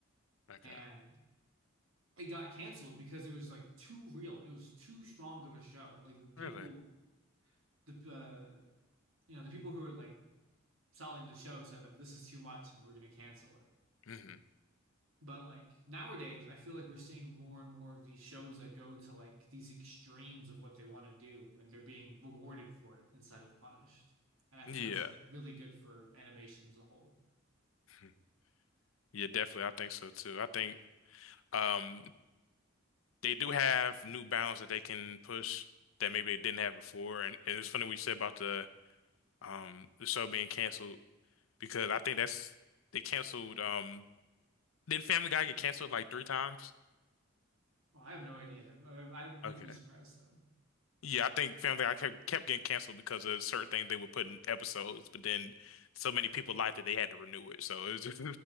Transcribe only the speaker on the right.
and it got canceled because it was like too real. It was too strong of a show. Like the people,
the uh, you know, the people who were like selling the show said that this is too much and we're gonna cancel it.
But like nowadays, I feel like we're seeing more and more of these shows that go to like these extremes of what they want to do, and they're being rewarded for it instead of punished. And I
think that's like, really good for animation as a whole.
Well, I have no idea. I, I wouldn't
be surprised though.